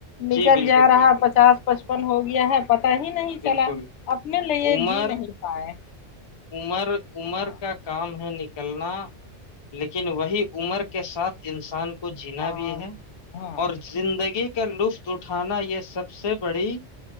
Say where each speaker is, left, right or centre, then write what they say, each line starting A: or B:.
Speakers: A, on the left (about 75°); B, on the left (about 35°).
A: نکل
B: جی بالکل
A: جا رہا
B: بالکل
A: ہے پچاس پچپن ہو گیا ہے پتا ہی نہیں
B: بالکل
A: چلا اپنے لیےے
B: عمر
A: ج <unintelligible> جی نہیں پائے
B: عمر عمر
A: ہاں
B: کا کام ہے نکلنا لیکن وہی عمر کے ساتھ انسان کے کو جینا
A: ہاں
B: بھی ہے اور زندگی کا لطف اٹھانا یہ سب سے بڑی